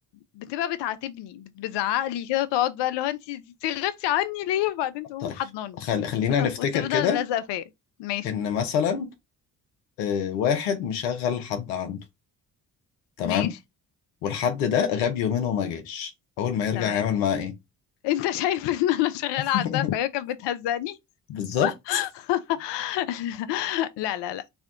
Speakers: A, on the left; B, on the left.
A: بتبقى بتعاتبني بتزعق لي كده وتقعد بقى اللي هو انت غبتي عني ليه وبعدين تقوم
B: طيب
A: حضناني
B: خل... خلينا
A: وت-
B: نفتكر
A: وتفضل
B: كده
A: لازقة فيا ماشي
B: ان مثلا آه، واحد مشغل حد عنده تمام
A: ماشي
B: والحد ده غاب يومين وما جاش اول ما يرجع
A: تمام
B: هيعمل معاه ايه
A: <laughs> انت شايف ان انا شغالة
B: <laughs>
A: عندها فهي كانت بتهزقني
B: بالظبط
A: <laughs> لا لا لا